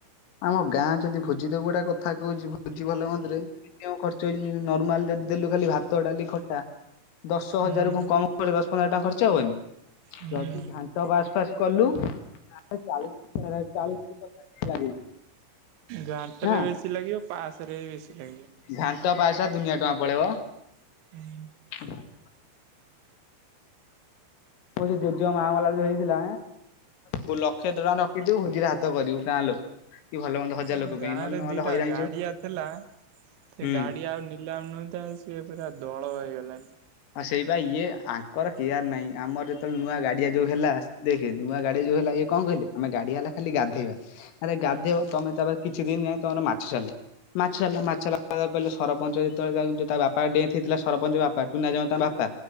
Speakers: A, on the left; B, on the right.
A: ଆମ ଗାଁ ଯଦି ଭୋଜି ତ ଗୋଟେ କଥାକୁ କୋହୁଛି ଭୋଜି ଭଲ ମନ୍ଦରେ ମିନିମମ୍ ଖର୍ଚ୍ଚ ହେଇଯିବ ନାର୍ମାଲ ଯଦି ଦେଲୁ ଖାଲି ଭାତ, ଡାଲି, ଖଟା ଦଶ
B: ହୁଁ
A: ହଜାର କଣ କମ ଦଶ ପନ୍ଦର ଟଙ୍କା ଖର୍ଚ୍ଚ ହବନି?
B: ହୁଁ
A: ଯଦି ଘାଣ୍ଟ ବାସ ପାସ ଫାସ କଲୁ ତାହେଲେ ଚାଳିଶଚ କି ପଚାଶ <unintelligible>
B: ଘାଣ୍ଟ
A: ନା
B: ରେ ବେଶୀ ଲାଗିବ ପାସ ରେ ବି ବେଶୀ ଲାଗିବ।
A: ଘଣ୍ଟା ପାସପା ଦୁନିଆ ଟଙ୍କା ପଳେଇବ।
B: ହୁଁ।
A: <unintelligible> ମୋ ଯୋଉ ଜେଜେ ମା ମଲା ଯୋଉ ହେଇଥିଲା ମୁ ଲକ୍ଷେ ଟଙ୍କା ରଖିଥିବୁ ଭୋଜିରେ ହାତ କରିବୁ କାଁ ଲୋକ। କି ଭଲ ମନ୍ଦ ହଜାର
B: ହଁ
A: ଲୋକ
B: ଗାଁରେ
A: ପାଇଁ ନହେଲେ ନହେଲେ
B: ଦିଟା
A: ହଇରାଣ
B: ଗାଡିଆଥିଲା
A: ହେଇଯିବୁ
B: ସେ
A: ହୁଁ।
B: ଗାଡି ଆଉ ନିଲାମ ନୁହ ତା ସିଏ ପୁର ଆଉ ଦୋଳ ହେଇଗଲାଣି।
A: ସେଇ ପା ଇଏ ଆଙ୍କର କେୟାର ନାଇଁ ଆମର ଯେତେବେଳେ ନୂଆ ଗାଡିଆ ଯୋଉ ହେଲା ଦେଖେ ନୂଆ ଗାଡିଆ ଯୋଉ ହେଲା କଣ କହିଲେ ଆମେ ଗାଡି ହେଲା ଖାଲି ଗାଧେଇବା ଆରେ ଗାଧେଇବା ତମେ ତାପରେ କିଛି ଦିନ ଯାଇ ତମର ମାଛ ଚାଲ। <unintelligible> ତୁ ନା ଯାମା ତ ବାପା।